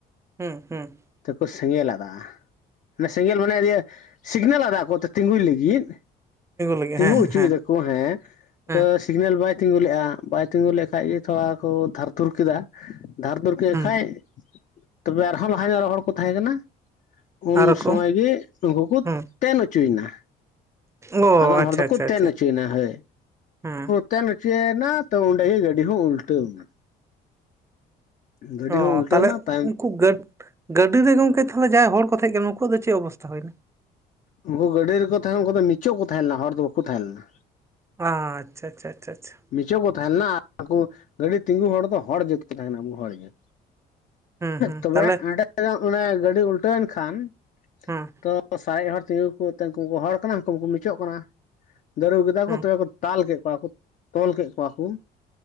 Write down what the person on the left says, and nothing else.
ᱛᱮᱠᱚ ᱥᱮᱸᱜᱮᱞ ᱟᱫᱟ ᱥᱮᱸᱜᱮᱞ ᱢᱟᱱᱮ ᱤᱭᱟᱹ ᱥᱤᱜᱽᱱᱮᱞ ᱟᱫᱟ ᱠᱚ ᱛᱤᱸᱜᱩᱭ ᱞᱟᱹᱜᱤᱫ
ᱛᱤᱸᱜᱩ
ᱦᱚᱪᱚᱭ
ᱫᱟᱠᱚ ᱦᱮᱸ
ᱛᱚ ᱥᱤᱜᱽᱱᱮᱞ ᱵᱟᱭ ᱛᱤᱸᱜᱩ ᱞᱮᱫᱼᱟ ᱵᱟᱭ ᱛᱤᱸᱜᱩ ᱞᱮᱠᱷᱟᱱ ᱜᱮ ᱛᱷᱚᱲᱟ ᱠᱚ ᱫᱷᱟᱨᱛᱩᱨ ᱠᱮᱫᱟ ᱫᱷᱟᱨ ᱫᱷᱩᱨ ᱠᱮᱫ
ᱠᱷᱟᱡ ᱛᱚᱵᱮ ᱟᱨᱦᱚᱸ ᱞᱟᱦᱟ ᱧᱚᱜ ᱨᱮ ᱦᱚᱲ ᱠᱚ ᱛᱟᱦᱮᱸ ᱠᱟᱱᱟ ᱩᱱ
ᱥᱚᱢᱚᱭ ᱜᱮ ᱩᱱᱩᱠᱩ ᱠᱚ
ᱛᱮᱱ ᱚᱪᱚᱭᱮᱱᱟ
ᱟᱫᱚᱢ
ᱦᱚᱲ ᱫᱚᱠᱚ
ᱛᱮᱱᱪᱚᱭᱮᱱᱟ
ᱦᱮᱭ
ᱛᱮᱱ ᱚᱪᱚᱭᱮᱱᱟ ᱛᱚ ᱚᱸᱰᱮ ᱜᱮ ᱜᱟᱹᱰᱤ ᱦᱚᱸ ᱩᱞᱴᱟᱹᱣ ᱮᱱᱟ ᱜᱟᱹᱰᱤ
ᱦᱚᱸ ᱩᱞᱴᱟᱹᱣ
ᱮᱱᱟ ᱛᱟᱭᱚᱢ
ᱩᱱᱠᱩ ᱜᱟᱹᱰᱤ ᱨᱮᱠᱚ ᱛᱟᱦᱮᱸᱱ ᱩᱱᱠᱩ ᱫᱚ ᱢᱤᱪᱚᱜ ᱠᱚ ᱛᱟᱦᱮᱸ ᱞᱮᱱᱟ ᱦᱚᱲ ᱫᱚ ᱵᱟᱠᱚ ᱛᱟᱦᱮᱸ ᱞᱮᱱᱟ
ᱢᱤᱪᱟᱹᱣ ᱠᱚ ᱛᱟᱦᱮᱸ ᱞᱮᱱᱟ ᱟᱨ ᱩᱱᱠᱩ ᱜᱟᱹᱰᱤ ᱛᱤᱸᱜᱩ ᱦᱚᱲ ᱫᱚ ᱦᱚᱲ ᱡᱟᱹᱛ ᱠᱚ ᱛᱟᱦᱮᱱᱟ ᱟᱵᱚ ᱦᱚᱲ ᱡᱟᱹᱛ
ᱛᱚᱵᱮ
ᱚᱸᱰᱮ ᱚᱱᱮ ᱜᱟᱹᱰᱤ ᱩᱞᱴᱟᱹᱣᱮᱱ ᱠᱷᱟᱱ
ᱛᱚ ᱥᱟᱨᱮᱡ ᱦᱚᱲ ᱛᱤᱸᱜᱩ ᱠᱚᱛᱮ ᱩᱱᱠᱩ ᱠᱚ ᱦᱚᱲ ᱠᱟᱱᱟ ᱦᱟᱱᱠᱩ ᱠᱚᱩᱱᱠᱩ ᱢᱤᱪᱚᱜ ᱠᱟᱱᱟ ᱫᱟᱹᱲ ᱟᱹᱜᱩ ᱠᱮᱫᱟ
ᱠᱚ ᱛᱚᱵᱮ ᱠᱚ ᱛᱟᱞ ᱠᱮᱫ ᱠᱚᱣᱟ ᱠᱚ ᱛᱚᱞ ᱠᱮᱫ ᱠᱚᱣᱟ ᱠᱚ